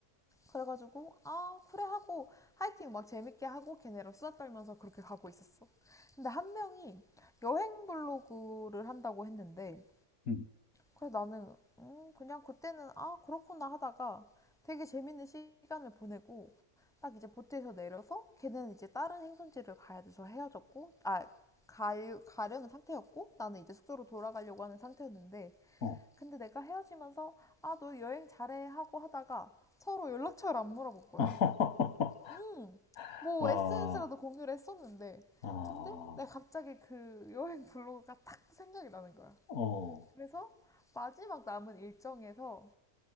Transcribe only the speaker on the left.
응
어.
<laughs>
와,
아,
어,